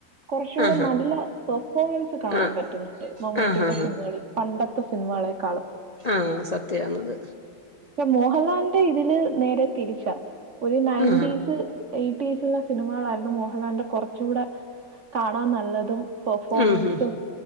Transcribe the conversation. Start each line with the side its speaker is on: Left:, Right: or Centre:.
Right: കുറച്ചുകൂടെ
Left: ആ
Right: നല്ല പെർഫോമൻസ് കാണാൻ
Left: ആ
Right: പറ്റുന്നുണ്ട് മമ്മൂട്ടിയുടെ
Left: ആ ആ
Right: സിനിമകളിൽ പണ്ടത്തെ സിനിമളെക്കാളും
Left: ആഹ് സത്യാന്നത്
Right: മോഹൽലാലിന്റെ ഇതി തിൽ നേരെ തിരിച്ചാ ഒരു നയന്റീസ്
Left: ആ
Right: എയ് എയ്റ്റീസിലെ സിനിമകളായിരുന്നു മോഹലാലിന്റെ കുറച്ചൂടെ കാണാൻ നല്ലതും പെർഫോമൻസും
Left: ഉം ഹും